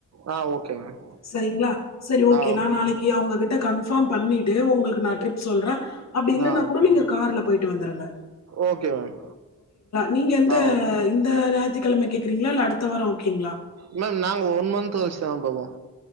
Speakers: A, on the right; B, on the left.
A: ஆ ஓகே மேம்
B: சரிங்களா செரி ஓகே
A: ஆ
B: நா நாளைக்கு
A: மேம்
B: அவுங்ககிட்ட கன்ஃபார்ம் பண்ணிட்டு உங்களுக்கு நா ட்ரிப் சொல்றே அப்டி இல்லைன்னா
A: ஆ ஓகே
B: கூட நீங்க
A: மேம்
B: கார்ல போய்ட்டு வந்துருங்க
A: ஓகே மேம்
B: நீங்க எந்த
A: ஆ ஓகே
B: இந்த ஞாயித்துக்கெழம கேக்குறீங்களா அடுத்த வாரம் ஓகேங்ளா
A: மேம் நாங்க ஒன் மந்த் <unintelligible> போவோ